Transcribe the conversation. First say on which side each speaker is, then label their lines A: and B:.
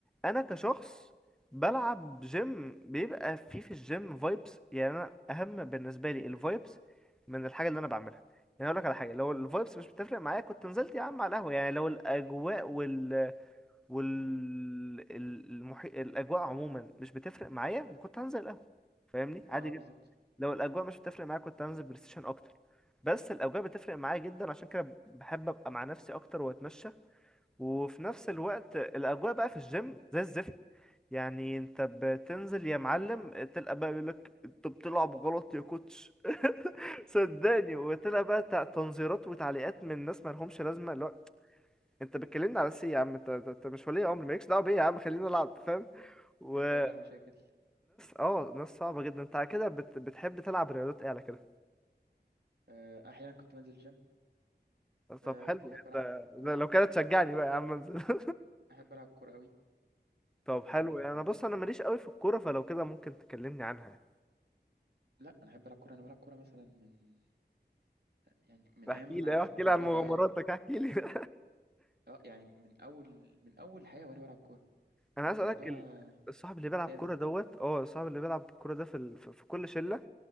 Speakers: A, in the centre; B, on the right.
A: انا كشخص بلعب جيم بيبقى في في الجيم فايبس يعني انا اهم بالنسبه لي الفايبس من الحاجه اللي انا بعملها يعني اقول لك على حاجه لو الفايبس مش بتفرق معايا كنت نزلت يا عم على القهوه يعني لو الاجواء وال وال ال- المحي... الاجواء عموما مش بتفرق معايا ما كنت هنزل القهوه فاهمني عادي
B: اه
A: جدا
B: بالظبط
A: لو الاجواء مش بتفرق معايا كنت هنزل بلاي ستيشن اكتر بس الاجواء بتفرق معايا جدا عشان كده بحب ابقى مع نفسي اكتر واتمشى وفي نفس الوقت الاجواء بقى في الجيم زي الزفت يعني انت بتنزل يا معلم تلقى بقى يقولك انت بتلعب غلط يا كوتش <laughs> صدقني وتلقى بقى تع- تنظيرات وتعليقات من ناس ما لهمش لازمه اللي هو انت بتكلمني على سي يا عم انت انت أنت مش ولي امر مالكش دعوه بيا يا عم خلينا نلعب فاهم وناس
B: يا خبر على المشاكل
A: اه ناس صعبه جدا انت على كده بت... بتحب تلعب رياضات ايه على كده
B: آه، احيانا كنت بنزل جيم آه،
A: طب حلو
B: احب
A: انت
B: العب كورة
A: لو كده تشجعني بقى يا عم انزل <laughs>
B: احب العب كورة قوي
A: طب
B: أه
A: حلو يعني انا بص انا ماليش قوي في الكوره فلو كده ممكن تكلمني عنها يعني.
B: لا انا احب العب كورة انا بلعب كورة مثلا من يعني من ايام
A: احكي
B: ما
A: لي
B: عرفت
A: احكي لي
B: يعني
A: عن مغامراتك
B: ايه حياة
A: احكي لي <laughs>
B: اه يعني من اول من اول حياة وانا بلعب كورة
A: انا
B: يعني
A: عايز
B: الموضوع
A: اقولك
B: آه،
A: ال- الصاحب اللي بيلعب
B: ثابت
A: كوره دوت اه الصاحب اللي بيلعب كوره ده في ال... في في كل شله